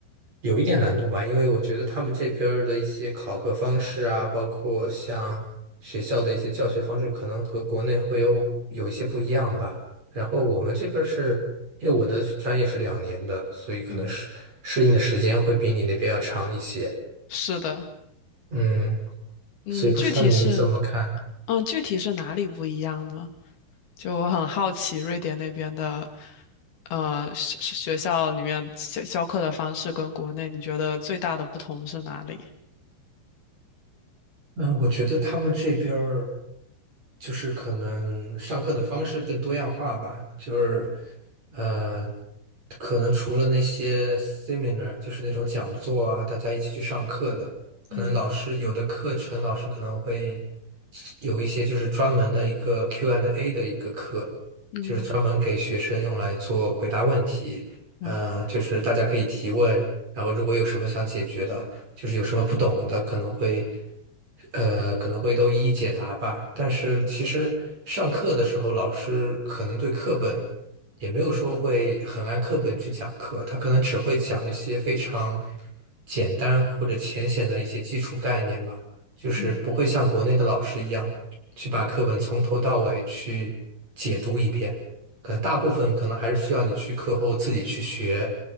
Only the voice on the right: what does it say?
有一点难度吧，因为我觉得他们这边儿的一些考核方式啊，包括像学校的一些教学方式，可能和国内会有有一些不一样吧。然后我们这边儿是，因为我的专业是两年的，所以可能适适应的时间会比你那边要长一些。
嗯，
所以不知道你怎么看？
嗯，我觉得他们这边儿就是可能上课的方式更多样化吧，就是呃，可能除了那些 seminar，就是那种讲座啊，大家一起去上课的，可能老师有的课程老师可能会
有一些就是专门的一个 Q&A n d A 的一个课，
就是专门给学生用来做回答问题，
呃，就是大家可以提问，然后如果有什么想解决的。就是有什么不懂的可能会，呃，可能会都一一解答吧。但是其实上课的时候，老师可能对课本也没有说会很按课本去讲课，他可能只会讲一些非常简单或者浅显的一些基础概念吧，就是不会像国内的老师一样去把课本从头到尾去解读一遍。
可能大部分可能还是需要你去课后自己去学，